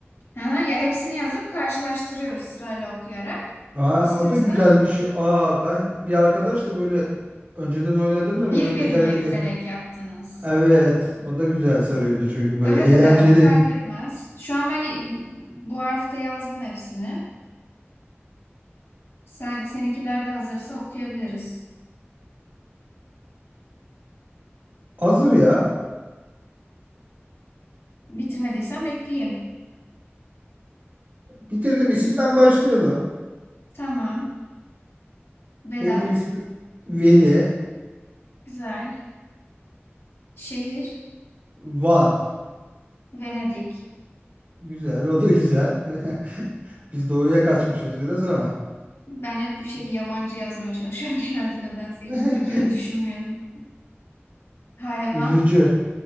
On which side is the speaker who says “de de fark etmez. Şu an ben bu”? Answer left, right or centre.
Left